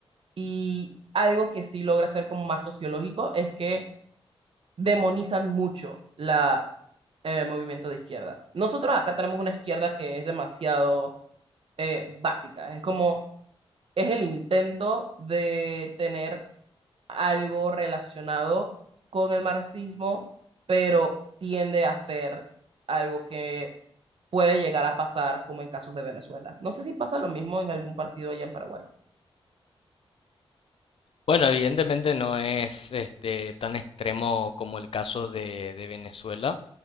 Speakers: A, on the right; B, on the left.
A: y algo que sí logra ser como más sociológico es que demonizan mucho la, el movimiento de izquierda. Nosotros acá tenemos una izquierda que es demasiado eh, básica, es como, es el intento de tener algo relacionado con el marxismo, pero tiende a ser algo que puede llegar a pasar como en casos de Venezuela. No sé si pasa lo mismo en algún partido allá en Paraguay.
B: Bueno, evidentemente no es este tan extremo como el caso de, de Venezuela